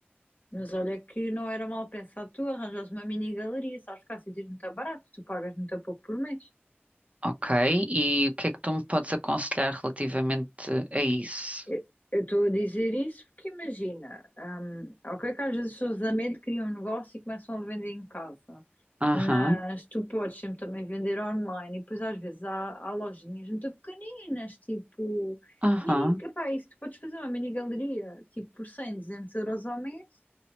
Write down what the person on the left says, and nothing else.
Mas olha que não era mal pensado tu arranjas uma mini galeria, sabes que há sítios muito baratos, tu pagas muito pouco por mês.
Eu eu estou a dizer isso porque imagina, hum, ok que às vezes as pessoas a medo criam um negócio e começam a vender em casa.
Mas tu podes sempre também vender online e depois às vezes há, há lojinhas muito pequeninas, tipo
mini, epá, isso tu podes fazer uma mini galeria, tipo por 100, 200 euros ao mês